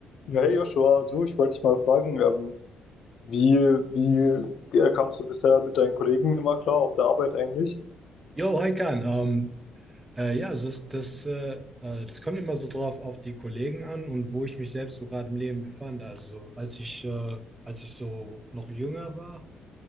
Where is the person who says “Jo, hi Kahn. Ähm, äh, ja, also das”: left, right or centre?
Right